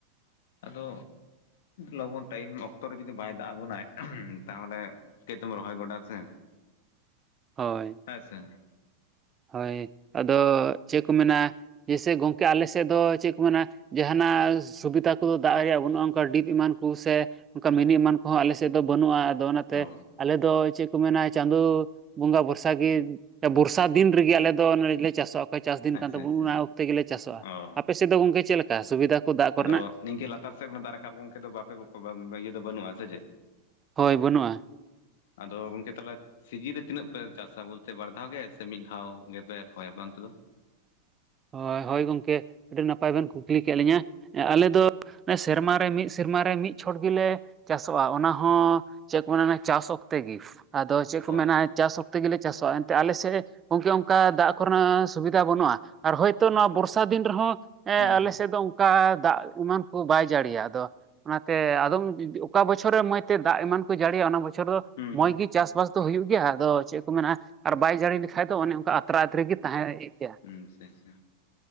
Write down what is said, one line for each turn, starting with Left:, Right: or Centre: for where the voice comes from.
Left: ᱟᱫᱚ ᱞᱚᱜᱚᱱ ᱴᱟᱭᱤᱢ ᱚᱠᱛᱚ ᱨᱮ ᱡᱩᱫᱤ ᱵᱟᱭ ᱫᱟᱜ ᱟᱵᱚᱱᱟᱭ, ᱛᱟᱦᱚᱞᱮ ᱪᱤᱠᱟᱹᱛᱮᱢ ᱨᱚᱦᱚᱭ ᱜᱚᱰᱟ ᱥᱮ?
Right: ᱦᱳᱭ᱾
Left: ᱦᱮᱸ ᱥᱮ?
Right: ᱦᱳᱭ ᱟᱫᱚ ᱪᱮᱜ ᱠᱚ ᱢᱮᱱᱟ ᱡᱮᱭᱥᱮ ᱜᱚᱝᱠᱮ ᱟᱞᱮ ᱥᱮᱫ ᱫᱚ ᱪᱮᱫ ᱠᱚ ᱢᱮᱱᱟ ᱡᱟᱦᱟᱱᱟᱜ ᱥᱩᱵᱤᱫᱟ ᱠᱚᱫᱚ ᱫᱟᱜ ᱨᱮᱭᱟᱜ ᱵᱟᱹᱱᱩᱜᱼᱟ ᱚᱝᱠᱟ ᱰᱤᱯ ᱮᱢᱟᱱ ᱠᱩ ᱥᱮ ᱚᱝᱠᱟ ᱢᱤᱱᱩ ᱮᱢᱟᱱ ᱠᱚᱦᱚᱸ ᱟᱞᱮ ᱥᱮᱫ ᱫᱚ ᱵᱟᱹᱱᱩᱜᱼᱟ᱾ ᱟᱫᱚ ᱚᱱᱟᱛᱮ
Left: ᱚ
Right: ᱟᱞᱮᱫᱚᱭ ᱪᱮᱫ ᱠᱚ ᱢᱮᱱᱟ ᱪᱟᱸᱫᱳ ᱵᱚᱸᱜᱟ ᱵᱚᱨᱥᱟ ᱜᱮ, ᱵᱚᱨᱥᱟ ᱫᱤᱱ ᱨᱮᱜ ᱟᱞᱮᱫᱚ ᱱᱚᱮᱞᱮ ᱪᱟᱥᱚᱜ ᱚᱠᱚ ᱪᱟᱥ ᱫᱤᱱ
Left: ᱟᱪᱪᱷᱟ
Right: ᱠᱟᱱ ᱛᱟᱵᱳᱱ
Left: ᱟᱪᱪᱷᱟ
Right: ᱚᱱᱟ ᱚᱠᱛᱮ ᱜᱮᱞᱮ ᱪᱟᱥᱚᱜᱼᱟ,
Left: ᱚ
Right: ᱟᱯᱮ ᱥᱮᱫ ᱫᱚ ᱜᱚᱝᱠᱮ ᱪᱮᱞᱮᱠᱟ ᱥᱩᱵᱤᱫᱟ ᱠᱚ ᱫᱟᱜ ᱠᱚᱨᱮᱱᱟᱜ?
Left: ᱟᱫᱚ ᱱᱤᱝᱠᱟᱹ ᱞᱟᱛᱟᱨ ᱥᱮᱫ ᱫᱟᱜ ᱨᱟᱠᱟᱯ ᱜᱚᱢᱠᱮ ᱫᱚ ᱵᱟᱯᱮ ᱵᱚ ᱵᱟᱯᱮ ᱤᱭᱟᱹ ᱫᱚ ᱵᱟᱹᱱᱩᱜᱼᱟ ᱥᱮ ᱪᱮᱫ?
Right: ᱦᱳᱭ ᱵᱟᱹᱱᱩᱜᱼᱟ᱾
Left: ᱟᱫᱚ ᱜᱚᱝᱠᱮ ᱛᱟᱞᱦᱮ ᱥᱤᱡᱤ ᱨᱮ ᱛᱤᱱᱟᱹᱜ ᱯᱮ ᱪᱟᱥᱟ ᱵᱚᱞᱛᱮ ᱵᱟᱨ ᱫᱷᱟᱣ ᱜᱮ ᱥᱮ ᱢᱤᱫ ᱫᱷᱟᱣ ᱜᱮᱯᱮ ᱨᱚᱦᱚᱭᱟ ᱟᱯᱮ ᱚᱱᱛᱮ ᱫᱚ?
Right: ᱦᱳᱭ ᱦᱳᱭ ᱜᱚᱝᱠᱮ ᱟᱹᱰᱤ ᱱᱟᱯᱟᱭ ᱵᱮᱱ ᱠᱩᱠᱞᱤ ᱠᱮᱫ ᱞᱤᱧᱟ, ᱟᱞᱮ ᱫᱚ ᱥᱮᱨᱢᱟᱨᱮ ᱢᱤᱫ ᱥᱮᱨᱢᱟᱨᱮ ᱢᱤᱫ ᱪᱷᱚᱴ ᱜᱮᱞᱮ ᱪᱟᱥᱚᱜᱼᱟ, ᱚᱱᱟ ᱦᱚᱸ ᱪᱮᱫ ᱠᱚ ᱢᱮᱱᱟ ᱪᱟᱥ ᱚᱠᱛᱮ ᱜᱤ᱾ ᱟᱫᱚ ᱪᱮᱜ
Left: ᱚ
Right: ᱠᱚ ᱢᱮᱱᱟ ᱪᱟᱥ ᱚᱠᱛᱮ ᱜᱮᱞᱮ ᱪᱟᱥᱚᱜᱼᱟ, ᱮᱱᱛᱮ ᱟᱞᱮ ᱥᱮᱜ ᱜᱚᱝᱠᱮ ᱚᱝᱠᱟ ᱫᱟᱜ ᱠᱚᱨᱮᱱᱟᱜ ᱥᱩᱵᱤᱫᱟ ᱵᱟᱹᱱᱩᱜᱼᱟ᱾ ᱟᱨ ᱦᱭᱛᱳ ᱱᱚᱣᱟ ᱵᱚᱨᱥᱟ ᱫᱤᱱ ᱨᱮᱦᱚᱸ ᱮᱸ
Left: ᱦᱩᱸ
Right: ᱟᱞᱮᱥᱮᱫ
Left: ᱦᱩᱸ
Right: ᱫᱚ ᱚᱝ ᱠᱟ ᱫᱟᱜ ᱮᱢᱟᱱ ᱠᱚ ᱵᱟᱭ ᱡᱟᱲᱤᱭᱟ, ᱟᱫᱚ ᱚᱱᱟᱛᱮ ᱟᱫᱚᱢ ᱚᱠᱟ ᱵᱚᱪᱷᱚᱨᱮ ᱢᱚᱡᱛᱮ ᱫᱟᱜ ᱮᱢᱟᱱ ᱠᱚᱭ ᱡᱟᱲᱤᱭᱟ ᱚᱱᱟ ᱵᱚᱪᱷᱚᱨ ᱫᱚ
Left: ᱦᱩᱸ
Right: ᱢᱚᱸᱡᱽ ᱜᱮ ᱪᱟᱥᱵᱟᱥ ᱫᱚ ᱦᱩᱭᱩᱜ ᱜᱮᱭᱟ, ᱟᱫᱚ ᱪᱮᱜ ᱠᱚ ᱢᱮᱱᱟ ᱟᱨ ᱵᱟᱭ ᱡᱟᱲᱤ ᱞᱮᱠᱷᱟᱡ ᱫᱚ ᱚᱱᱮ ᱚᱝᱠᱟ ᱟᱛᱨᱟ ᱟᱛᱨᱮ ᱜᱮ ᱛᱟᱦᱮᱸᱭᱮᱜ ᱜᱮᱭᱟ᱾
Left: ᱦᱩᱸ ᱟᱪᱪᱷᱟ ᱪᱷᱟ᱾